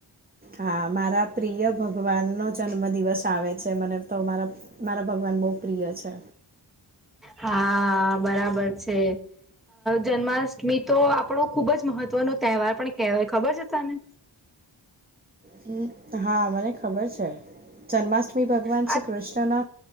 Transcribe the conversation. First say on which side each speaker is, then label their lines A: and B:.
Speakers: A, on the right (about 20°); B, in the centre.
A: હા મારા પ્રિય ભગવાન નો જન્મ દિવસ આવે છે મને તો મારા મારા ભગવાન બહુ પ્રિય છે.
B: હા બરાબર છે જન્માષ્ટમી તો આપણું ખુબ જ મહત્વનો તહેવાર પણ કહેવાય ખબર છે તને?
A: હમ હા મને ખબર છે. જન્માષ્ટમી ભગવાન
B: આ
A: શ્રી કૃષ્ણના